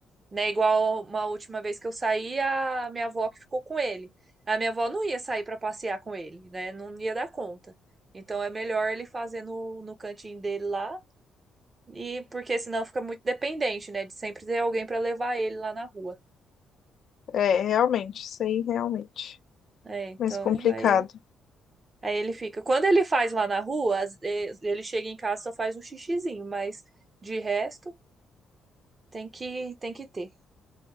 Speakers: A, on the right; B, on the left.
A: né? Igual uma última vez que eu saí, a minha avó que ficou com ele. A minha avó não ia sair para passear com ele, né? Não ia dar conta. Então é melhor ele fazer no, no cantinho dele lá, e porque senão fica muito dependente, né? De sempre ter alguém para levar ele lá na rua.
B: É, realmente. Isso aí, realmente.
A: É, então
B: é Mais complicado.
A: aí Aí ele fica. Quando ele faz lá na rua, as- eh, ele chega em casa e só faz um xixizinho, mas de resto tem que tem que ter.